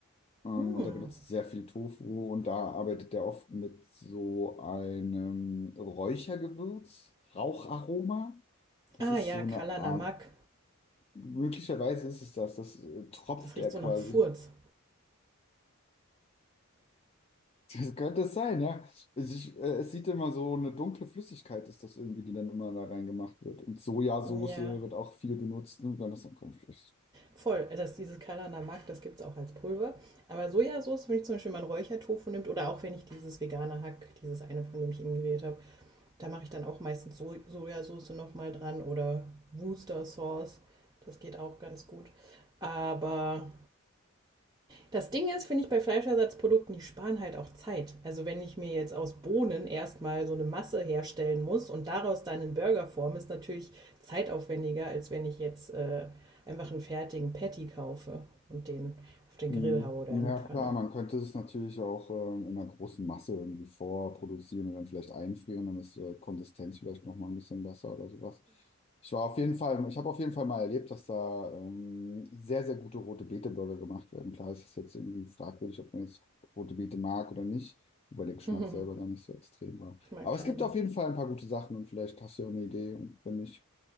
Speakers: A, on the left; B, on the right.
A: Ähm,
B: Hm.
A: und der benutzt sehr viel Tofu und da arbeitet er oft mit so einem Räuchergewürz, Raucharoma. Das
B: Ah
A: ist
B: ja,
A: so eine
B: Kalanamak.
A: Art, möglicherweise ist es das, das äh, tropft
B: Das riecht
A: er
B: so
A: quasi.
B: nach Furz.
A: Das könnte es sein, ja. Es, ich, äh, es sieht immer so eine dunkle Flüssigkeit, ist das irgendwie, die dann immer da reingemacht wird. Und Sojasauce
B: <laughs> ja,
A: wird auch viel genutzt. Ne? Dann ist dann kommt es.
B: Voll, dass dieses Kalana Mag, das gibt es auch als Pulver. Aber Sojasauce, wenn ich zum Beispiel mal einen Räuchertofu nimmt oder auch wenn ich dieses vegane Hack, dieses eine, von dem ich eben geredet habe, da mache ich dann auch meistens so Sojasauce nochmal dran oder Worcester Sauce. Das geht auch ganz gut. Aber das Ding ist, finde ich bei Fleischersatzprodukten, die sparen halt auch Zeit. Also wenn ich mir jetzt aus Bohnen erstmal so eine Masse herstellen muss und daraus dann einen Burger forme, ist natürlich zeitaufwendiger, als wenn ich jetzt äh, einfach einen fertigen Patty kaufe und den auf den
A: Mhm.
B: Grill haue oder
A: Ja,
B: in die Pfanne.
A: klar, man könnte es natürlich auch ähm, in einer großen Masse irgendwie vorproduzieren und dann vielleicht einfrieren, dann ist die Konsistenz vielleicht noch mal ein bisschen besser oder sowas. Ich war auf jeden Fall, ich habe auf jeden Fall mal erlebt, dass da ähm, sehr, sehr gute rote Bete-Burger gemacht werden. Klar, es ist jetzt irgendwie fragwürdig, ob man jetzt rote Beete mag oder nicht, wobei der Geschmack
B: <laughs>
A: selber gar nicht so extrem war.
B: ich mag
A: Aber
B: keine.
A: es gibt auf jeden Fall ein paar gute Sachen und vielleicht hast du ja eine Idee und wenn nicht,